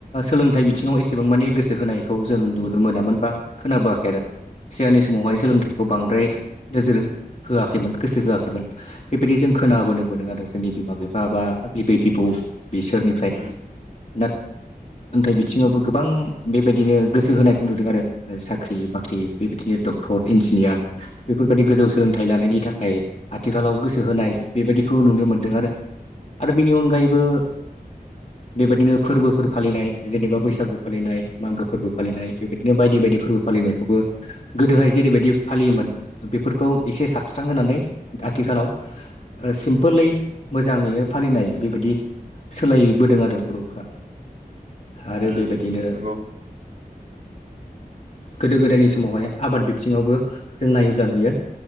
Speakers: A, on the left; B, on the right.
A: सोलोंथाइ बिथिङाव एसेबां माने गोसो होनायखौ जों नुनो मोनामोन बा खोनाबोआखै आरो सिगांनि समावहाय सोलोंथाइखौ बांद्राय नोजोर होआखैमोन गोसो होआखैमोन। बेबायदि जों खोनाबोनो मोनो आरो जोंनि बिमा बिफा बा बिबै बिबौ बिसोरनि ओमफ्राय
B: उम
A: ना सोंथाइ बिथिङावबो गोबां बेबायदिनो गोसो होनायखौ नुदों आरो। साख्रि बाख्रि बेबायदिनो डक्टर इन्जिनियार बेफोरबायदि गोजौ सोलोंथाइ फिथाय लानायनि थाखाय आथिखालाव गोसो होनाय बेबायदिखौ नुनो मोन्दों आरो। आरो बिनि अनगायैबो बेबायदिनो फोरबोफोर फालिनाय जेनेबा बैसागु फालिनाय मागो फोरबो फालिनाय बेबायदिनो बायदि बायदि फोरबो फालिनायखौबो गोदोहाय जेरैबायदि फालियोमोन बेफोरखौ एसे साबस्रां होनानै आथिखालाव सिम्पोलै मोजांङैनो फालिनाय बेबायदि सोलायबोदों आरो बर'फ्रा आरो
B: उम
A: बेबायदिनो
B: नंगौ ओ
A: गोदो गोदायनि समावहाय आबाद बिथिंङावबो जों नायोब्ला नुयो।